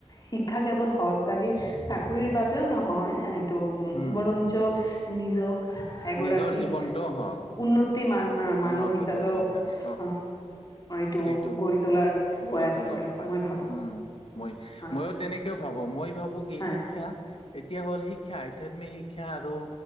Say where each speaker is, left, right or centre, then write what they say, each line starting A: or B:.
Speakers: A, on the left; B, on the left.
A: শিক্ষা কেৱল চৰকাৰী চাকৰিৰ বাবেও নহয় এইটো উ
B: উম
A: বৰঞ্চ নিজক, এগৰাকৰাকী
B: নিজৰ জীৱনটো হ
A: উন্নতি মান মানহ
B: উন্নতি
A: হিচাপও
B: কৰিবৰ কাৰণে
A: অ এইটো
B: সেইটো
A: গঢ়ি তোলাৰ
B: গঢ়ি
A: প্ৰয়াস
B: তুলিব
A: কৰে
B: পাৰে
A: মই ভাবো
B: উম মই
A: হয়।
B: ময়ো তেনেকেও ভাবো মই ভাবো কি
A: হয়
B: শিক্ষা এতিয়া হ'ল শিক্ষা আধ্যাত্মিক শিক্ষা আৰু